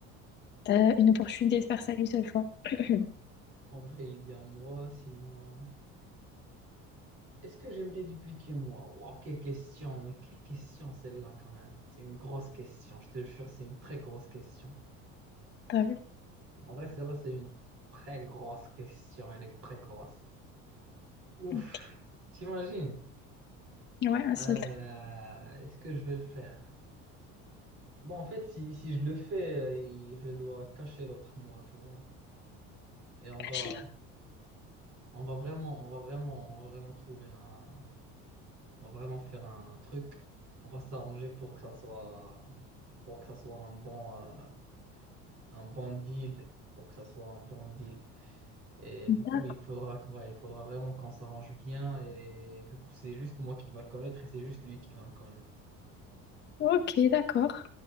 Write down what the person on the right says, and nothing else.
en vrai, il y a moi, sinon. Est-ce que j'aimerais dupliquer moi? Waouh, quelle question, mais quelle question celle-là quand même. C'est une grosse question, je te jure, c'est une très grosse question.
En vrai, celle-là, c'est une très grosse question. Elle est très grosse. Ouf,
t'imagines?
Euh,
est-ce que je vais le faire? Bon, en fait, si, si je le fais, euh, il- je dois cacher l'autre moi, tu vois. Et on
va,
on va vraiment, on va vraiment, on va vraiment trouver un, on va vraiment faire un truc. On va s'arranger pour que ça soit, pour que ça soit un bon, euh, un bon deal, pour que ça soit un bon deal. Et
du coup, il faudra, que- ouais, il faudra vraiment qu'on s'arrange bien. Et du coup, c'est juste moi qui va le connaître et c'est juste lui qui va le connaître.